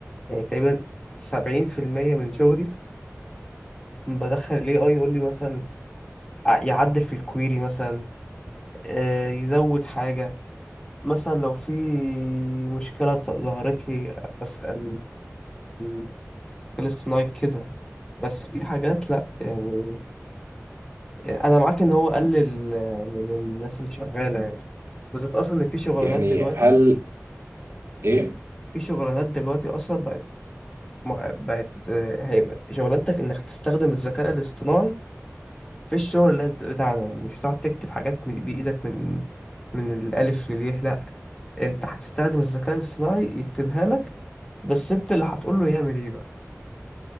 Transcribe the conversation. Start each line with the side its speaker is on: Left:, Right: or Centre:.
Left: يعني تقريبا سبعين في المية من شغلي بدخل الاي اي يقول لي مثلا ع- يعدل في الكويري مثلا آه، يزود حاجة مثلا لو في مشكلة ط- ظهرت لي أسأل الذكاء الاصطناعي كده بس في حاجات لأ يعني انا معاك ان هو قلل من الناس اللي شغاله يعني بالذات اصلا ان في شغلانات
Right: يعني
Left: دلوقتي
Right: هل إيه؟
Left: في شغلانات دلوقتي اصلا بقت مع- بقت آه، هيبقى شغلانتك انك هتستخدم الذكاء الاصطناعي في الشغل اللي انت بتاعنا يعني مش هتقعد تكتب حاجات من- بايدك من من الالف لليه لا انت هتستخدم الذكاء الاصطناعي يكتبها لك بس انت اللي هتقول له يعمل ايه بقى